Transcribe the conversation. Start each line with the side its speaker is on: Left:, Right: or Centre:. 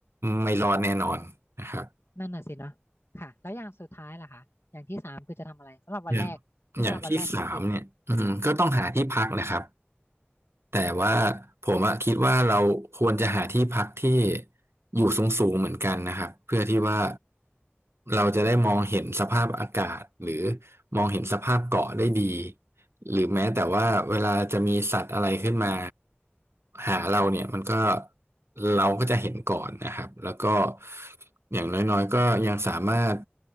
Right: ไม่รอดแน่นอนนะครับ
Left: นั่นน่ะสิเนาะค่ะแล้วอย่างสุดท้ายล่ะคะอย่างที่สามคือจะทำอะไรสำหรับวันแรกนี่สำหรับวันแรกที่ไปติด
Right: อย่างอย่างที่สามเนี่ยอืมก็ต้องหาที่พักนะครับ แต่ว่าผมอะคิดว่าเราควรจะหาที่พักที่อยู่สูงๆเหมือนกันนะครับเพื่อที่ว่าเราจะได้มองเห็นสภาพอากาศหรือมองเห็นสภาพเกาะได้ดีหรือแม้แต่ว่าเวลาจะมีสัตว์อะไรขึ้นมา หาเราเนี่ยมันก็เราก็จะเห็นก่อนนะครับแล้วก็อย่างน้อยๆก็ยังสามารถ